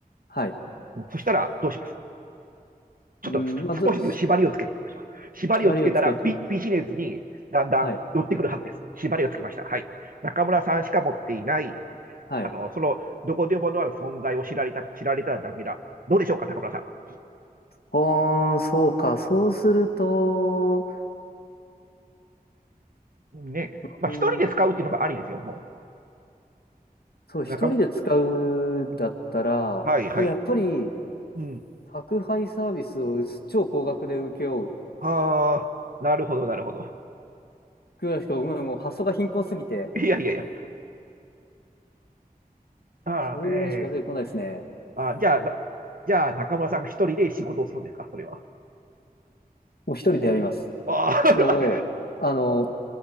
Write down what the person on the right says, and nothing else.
よ。そしたら、どうしますちょっと少しずつ縛りをつけていきましょう。
縛りをつけたらビ、
ビジネスにだんだん寄ってくるはずです。
縛りをつけました。はい。中村さんしか持っていない、
あの、その、どこでものある存在を知られた、知られたらダメだ。どうでしょうか、中村さ
ん。ね。まあ、
一人で使うっていうのもありですよ、も
う。
中村、はいはい。
うん。
ああ、なるほど、なるほど。
いやいやいや。ああ、
ええー、あーじゃあ、なじゃあ、中村さんが一人で仕事をするんですか、それは。
ああ、
<laughs>